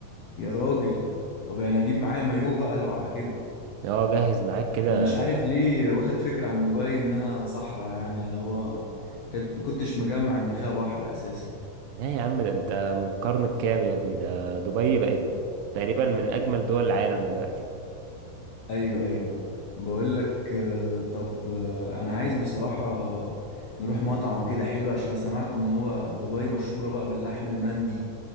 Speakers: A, on the left (about 70°); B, on the right (about 75°).
A: يا راجل طب يعني اجيب معايا مايو بقى لو على كده
B: اه جهز معاك كده
A: انا مش عارف ليه واخد فكرة عن دبي انها صحراء يعني اللي هو كنت كنتش مجمع ان فيها بحر اساسا
B: لا يا عم ده انت من قرن الكام يا ابني ده دبي بقت تقريبا من اجمل دول العالم دلوقتي
A: ايوه ايوه بقول لك آه، طب آه، انا عايز بصراحة نروح مطعم كده حلو عشان انا سمعت ان هو دبي مشهورة بقى باللحم المندي